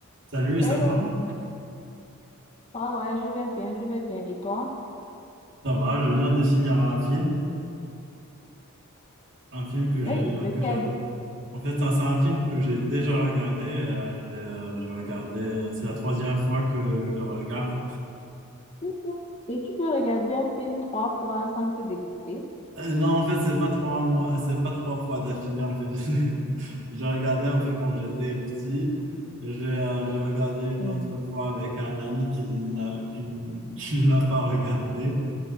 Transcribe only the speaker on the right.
Salut,
ça va?
Ça va, je viens de finir un film, un film que
j'ai
que j'ai en fait ça, c'est un film que j'ai déjà regardé, euh, je l'ai euh, j'ai regardé, euh, c'est la troisième fois que je le regarde.
Euh, non, en fait, c'est pas trois mois, c'est pas trois fois d'affilée en fait. <laughs> J'ai regardé un peu quand j'étais petit. J'ai euh, j'ai regardé une
autre fois avec un ami qui ne l'a qui ne- qui ne l'a pas regardé.